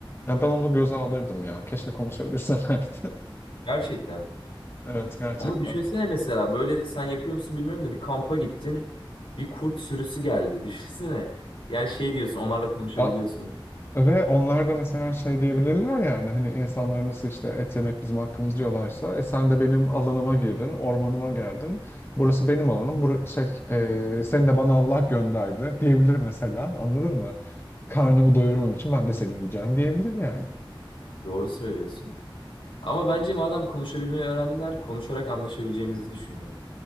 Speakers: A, on the left; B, on the left.
A: ya ben onu göze alırdım ya. Keşke konuşabilselerdi. <laughs>
B: Gerçekten.
A: Evet gerçekten.
B: Ama düşünsene mesela böyle sen yapıyor musun bilmiyorum da bir kampa gittin bir kurt sürüsü geldi. <laughs> Düşünsene. Yani şey diyorsun onlarla konuşabiliyorsun.
A: Ya, ve onlar da mesela şey diyebilirler yani hani hani insanlar nasıl işte et yemek bizim hakkımız diyorlarsa e sen de benim alanıma girdin, ormanıma geldin. Burası benim alanım. Bur şey e, seni de bana Allah gönderdi diyebilir mesela. Anladın mı? Karnımı doyurmam için ben de seni yiyeceğim diyebilir yani.
B: Doğru söylüyorsun. Ama bence madem konuşabilmeyi öğrendiler konuşarak anlaşabileceğimizi düşünüyorum.